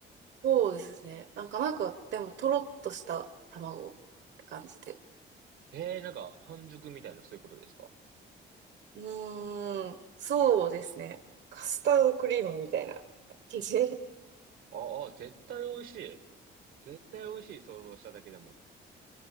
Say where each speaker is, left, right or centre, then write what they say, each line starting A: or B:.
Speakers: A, on the right; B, on the right.
A: そうですね。なんかなんか、でも、とろっとした卵って感じで。
B: ええ、なんか、半熟みたいな、そういうことですか
A: うーん。そうですね。カスタードクリームみたいな感じ。<laughs> すっ
B: ああ、絶対美味しい。絶対美味しい、想像しただけでも。